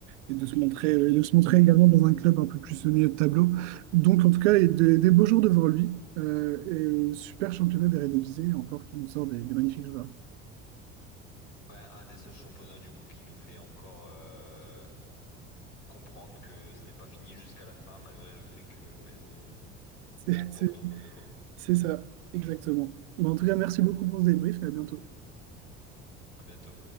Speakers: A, on the right; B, on the left.
A: et de se montrer, et de se montrer également dans un club un peu plus au milieu de tableau. Donc, en tout cas, et des, des beaux jours devant lui. Euh, et euh, super championnat d'Eredivisie, encore qui nous sort des, des magnifiques joueurs.
B: Ouais, un des seuls championnats du coup qui nous fait encore euh, comprendre que ce n'est pas fini jusqu'à la fin, malgré le fait que PSG
A: C'est
B: remporte
A: c'est-
B: encore une fois.
A: c'est ça, exactement. Bon, en tout cas, merci beaucoup pour ce débrief et à bientôt.
B: À bientôt.